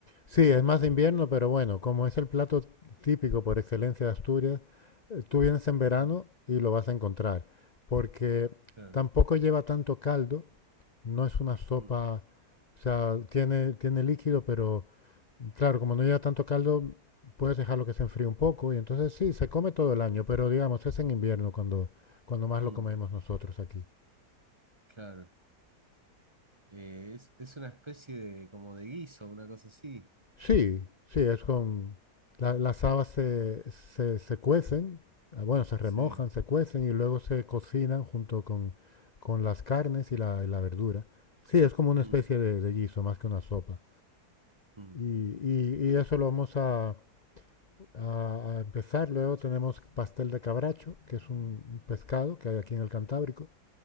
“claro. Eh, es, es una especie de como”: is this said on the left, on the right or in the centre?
Right